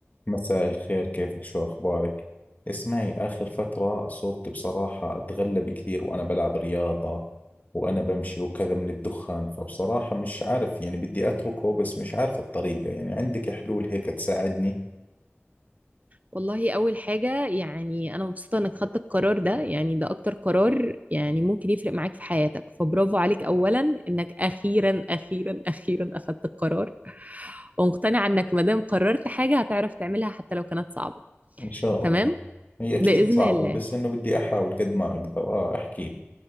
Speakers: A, on the left (about 40°); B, on the right (about 35°).
A: مساء الخير كيفك شو أخبارك؟ اسمعي آخر فترة صرت بصراحة أتغلب كثير وأنا بلعب رياضة وأنا بمشي وكذا من الدخان فبصراحة مش عارف يعني بدي أتركه بس مش عارف الطريقة يعني عندك حلول هيك تساعدني؟
B: والله أول حاجة يعني أنا مبسوطة إنك خدت القرار ده يعني ده أكتر قرار يعني ممكن يفرق معاك في حياتك فبرافو عليك أولا إنك أخيرا أخيرا أخيرا أخدت القرار ومقتنعة إنك مادام قررت حاجة هتعرف تعملها حتى لو كانت صعبة
A: إن شاء
B: تمام
A: الله هي أكيد
B: بإذن
A: صعبة
B: الله
A: بس إنه بدي أحاول قد ما أقدر آه احكي لي.